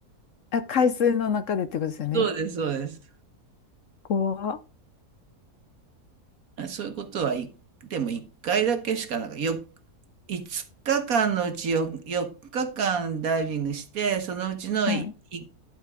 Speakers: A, on the left; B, on the right.
A: あ、海水の中でってことですよね。
B: そうです、そうです。
A: 怖っ。
B: そういうことはい、でも1回だけしかなんか、よ、5日間のうちよ4日間ダイビングして、そのうちのい、
A: はい。
B: い